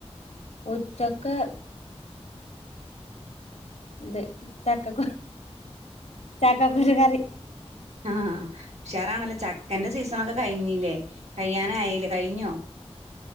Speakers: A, on the left; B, on the right.
A: ഉച്ചക്ക് ഇത് ചക്കകു ചാക്ക കുരുകറി
B: ആ ഉക്ഷേറാണല്ലോ ചക്കന്റെ സീസണൊക്കെ കഴിഞ്ഞില്ലേ കഴിയാറയിലേ കഴിഞ്ഞോ